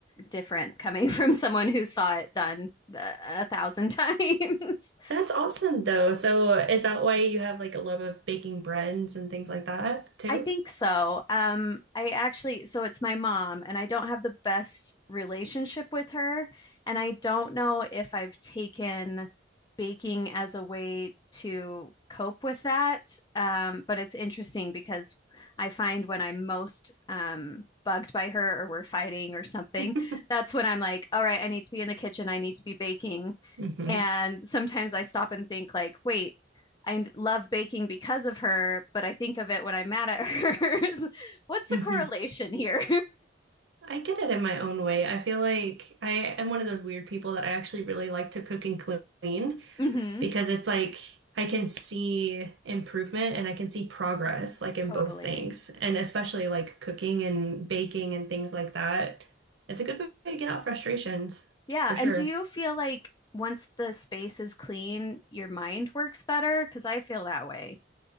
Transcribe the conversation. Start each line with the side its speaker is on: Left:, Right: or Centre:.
Left: different coming <laughs> from someone who saw it done uh, a thousand times. <laughs>
Right: That's awesome though. So is that why you have like a love of baking breads and things like that too?
Left: I think so. Um, I actually, so it's my mom, and I don't have the best relationship with her. And I don't know if I've taken baking as a way to cope with that. Um, but it's interesting because I find when I'm most um, bugged by her or we're fighting or something,
Right: <laughs>
Left: that's when I'm like, all right, I need to be in the kitchen. I need to be baking.
Right: hmm
Left: And sometimes I stop and think like, wait, I love baking because of her, but I think of it when I'm mad at her. <laughs> What's the
Right: hmm
Left: correlation here?
Right: I get it in my own way. I feel like I am one of those weird people that I actually really like to cook and clean
Left: <laughs> hmm
Right: because it's like I can see improvement and I can see progress like in
Left: Totally.
Right: both things. And especially like cooking and baking and things like that. It's a good way to get out frustrations
Left: Yeah.
Right: for sure.
Left: And do you feel like once the space is clean, your mind works better? Because I feel that way.